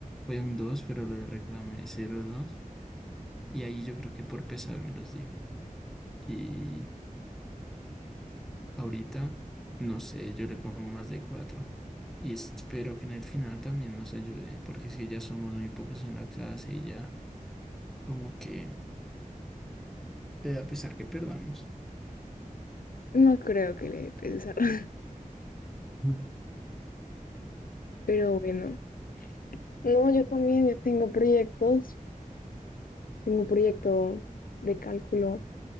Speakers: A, in the centre; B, on the left.
A: fue un dos, pero le reclamé cero punto dos. Y ahí yo creo que por pesar me los dio. Y ahorita, no sé, yo le pongo más de cuatro. Y espero que en el final también nos ayude, porque si ya somos muy pocos en la clase y ya como que le da pesar que perdamos.
B: no creo que le dé pensar. <laughs>
A: <laughs> Ujú.
B: Pero bueno. No, yo también, yo tengo proyectos. Tengo un proyecto de cálculo